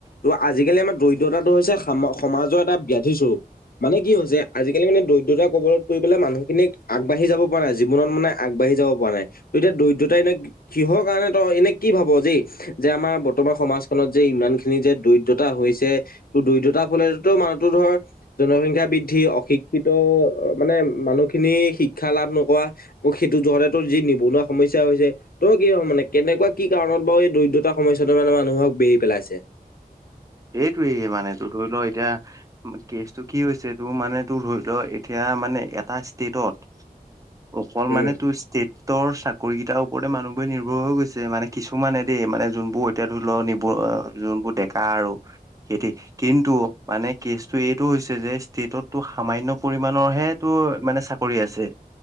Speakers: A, on the left; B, on the right.
A: ত' আজিকালি আমাৰ দৰিদ্ৰতাটো হৈছে স-সমাজৰ এটা ব্যাধি স্বৰূপ। মানে কি হৈছে আজিকালি মানে দৰিদ্ৰতা কবলত পৰি পেলাই মানুহখিনিক আগবাঢ়ি যাব পৰা নাই জীৱনত মানে আগবাঢ়ি যাব পৰা নাই। ত' এতিয়া দৰিদ্ৰতা এনেই কিহৰ কাৰণে তই এনে কি ভাব যেই? যে আমাৰ বৰ্তমান সমাজখনত যে ইমান খিনি যে দৰিদ্ৰতা হৈছে ত' দৰিদ্ৰতাৰ ফলেতো মানুহতো ধৰ জনসংখ্যা বৃদ্ধি অশিক্ষিত মানে মানুহখিনি শিক্ষা লাভ ন' কোৱা সেইটো জৰাতৰ যি নিবনুৱা সমস্যা হৈছে। তই কি মানে কেনেকুৱা কি কাৰণত বাৰু এই দৰিদ্ৰতা সমস্যাটো মানে মানুহক বেৰি পেলাইছে?
B: এইটোয়ে মানে তোৰ ধৰি লওঁ এতিয়া কেচটো কি হৈছে তোৰ মানে তোৰ ধৰি ল' এতিয়া মানে এটা ষ্টেটত অকল
A: উম।
B: মানে তোৰ ষ্টেট। তোৰ চাকৰি কেইটাৰ ওপৰতে মানুহবোৰে নিৰ্ভৰ হৈ গৈছে, মানে কিছুমানে দেই মানে যোনবোৰ তেতিয়া ধৰি ল' নিবোৰ যোনবোৰ ডেকা আৰু সিহতি কিন্তু মানে কেচটো এইটো হৈছে যে, ষ্টেটতো সামান্য পৰিমানৰহে টো মানে চাকৰি আছে।